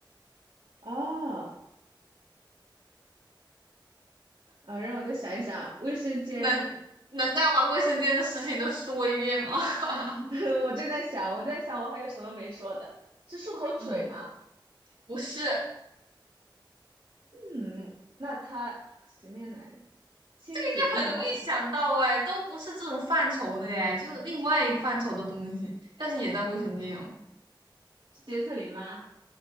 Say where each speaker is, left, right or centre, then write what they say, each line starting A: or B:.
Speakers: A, on the right (about 70°); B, on the right (about 85°).
A: 哦，啊，让我再想一想，卫生间，
B: 难难道把卫生间的事情都说一遍吗？<laughs>
A: <laughs> 我正在想，我在想我还有什么没说的，是漱口水吗？
B: 嗯，不是，应
A: 嗯，那它洗面奶、清洁用品
B: 该很容易想到哎，都不是这种范畴的哎，就是另外一个范畴的东西，但是也在卫生间哦。
A: 是洁厕灵吗？